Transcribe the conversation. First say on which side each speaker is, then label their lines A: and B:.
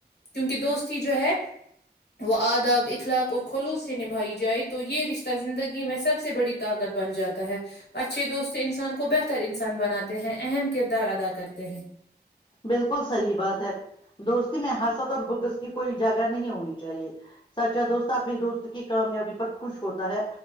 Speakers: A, on the left; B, on the left.
A: کیونکہ دوستی جو ہے وہ آداب اخلاق اور خلوص سے نبھائی جائے تو یہ رشتہ زندگی میں سب سے بڑی طاقت بن جاتی ہے اچھے دوست انسان کو بہتر انسان بناتے ہیں اہم کردار ادا کرتے ہیں
B: بالکل صحیح بات ہے دوستی میں حاست اور بگس کی کوئی ا جگہ نہیں ہونی چاہیے سچا دوستتا اپنے دوست کی کامیابی پر خوش ہوتا ہے